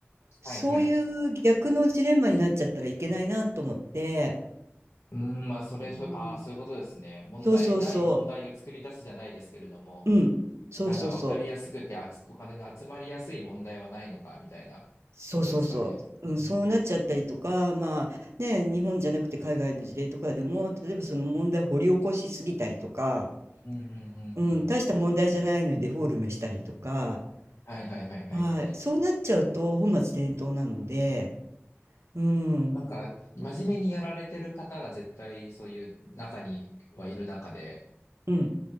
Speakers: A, on the right; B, on the left.
A: そういう逆のジレンマになっちゃったらいけないなと思って、
B: はいはい。うん、まあ、それ、
A: うん
B: そ、ああ、そういうことですね。問題ない問題を作り出すじゃないですけれども、
A: そうそうそう、うん、そうそうそう。
B: なんか分かりやすくてあつ、お金の集まりやすい問題はないのか、みたいなとこですかね。
A: そうそうそう、うん、
B: うん。
A: そうなっちゃったりとか、まあね、日本じゃなくて海外の事例とかでも、例えばその問題を掘り起こしすぎたりとか、
B: うんうんうんう
A: うん、
B: ん。
A: 大した問題じゃないのにデフォルメしたりとか、
B: はいはいはいはい。
A: はい、そうなっちゃうと本末転倒なので、うん、
B: なんか、真面目にやられてる方が絶対そういう中にはいる中で、
A: うん、